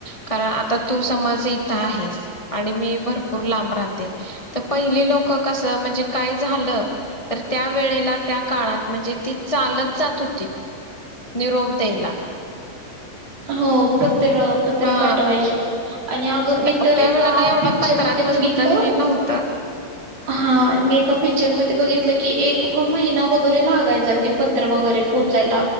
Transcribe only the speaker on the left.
कारण आता तू समज आहेस आणि मी भरपूर लांब राहते तर पहिले लोकं कसं म्हणजे काय झालं? तर त्या वेळेला त्या काळात म्हणजे ती चालत जात होती. निरोप द्यायला.
हा
न-
त्या
वेळेला एवढं
पत्राच
सुद्धा हे नव्हतं